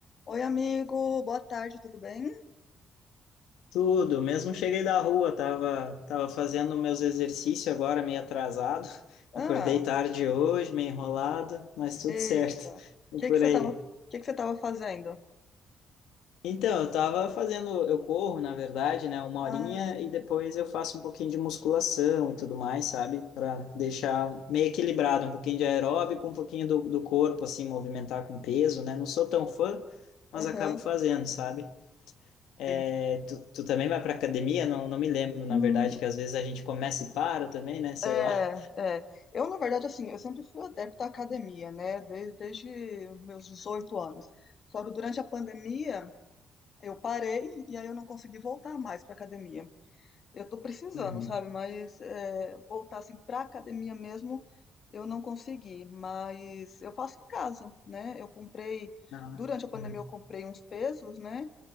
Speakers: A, on the left (about 50°); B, on the left (about 85°).
A: Oi, amigo, boa tarde, tudo bem?
B: Tudo, mesmo cheguei da rua, tava, tava fazendo meus exercícios agora, meio atrasado. <laughs> Acordei
A: Ah,
B: tarde hoje, meio enrolado, mas tudo
A: eita.
B: certo.
A: O
B: E
A: que
B: por
A: que você
B: aí.
A: tava, que que você tava fazendo?
B: Então, eu tava fazendo, eu corro, na verdade, né, uma
A: Ah,
B: horinha
A: sim.
B: e depois eu faço um pouquinho de musculação e tudo mais, sabe? Para deixar meio equilibrado, um pouquinho de aeróbico, um pouquinho do, do corpo, assim, movimentar com peso, né? Não sou tão fã, mas
A: Aham.
B: acabo fazendo, sabe? É,
A: sei.
B: tu, tu também vai para academia? Não, não me lembro, na
A: Hum,
B: verdade, que às vezes a gente começa e para também, né? Sei
A: é,
B: lá.
A: é. Eu, na verdade, assim, eu sempre fui adepta à academia, né? Desde, desde meus 18 anos. Só que durante a pandemia eu parei e aí eu não consegui voltar mais para academia. Eu tô precisando,
B: Uhum.
A: sabe? Mas é, voltar assim pra academia mesmo, eu não consegui. Mas eu faço em casa, né? Eu comprei,
B: Não, né?
A: durante a pandemia
B: Uhum.
A: eu comprei uns pesos, né?